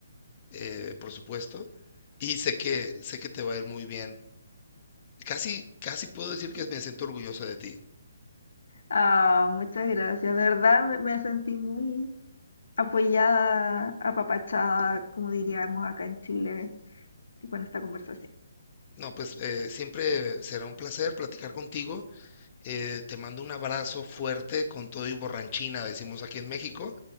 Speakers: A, on the left; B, on the left.
A: eh, por supuesto, y sé que sé que te va a ir muy bien. Casi, casi puedo decir que me siento orgulloso de ti.
B: Ah, muchas gracias. De verdad me, me sentí muy apoyada, apapachada, como diríamos acá en Chile, con esta conversación. <laughs>
A: No, pues eh, siempre será un placer platicar contigo. Eh, te mando un abrazo fuerte con todo y borranchina, decimos aquí en México.